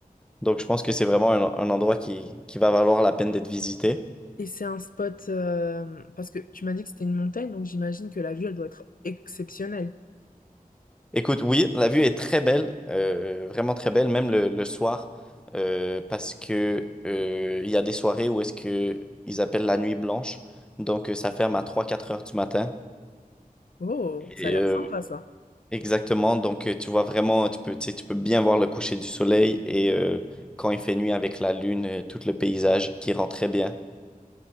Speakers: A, in the centre; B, on the left.
A: Donc, je pense que c'est vraiment un, un endroit qui, qui va valoir la peine d'être visité.
B: Et c'est un spot, euh, parce que tu m'as dit que c'était une montagne, donc j'imagine que la vue, elle doit être exceptionnelle.
A: Écoute, oui, la vue est très belle, euh, vraiment très belle, même le, le soir, euh, parce que euh, il y a des soirées où est-ce que ils appellent la nuit blanche. Donc, euh, ça ferme à trois quatre heures du matin.
B: Oh,
A: Et,
B: ça a l'air
A: euh,
B: sympa ça.
A: exactement. Donc, euh, tu vois vraiment, tu peux, tu sais, tu peux bien voir le coucher du soleil et euh, quand il fait nuit avec la lune, euh, tout le paysage qui rend très bien.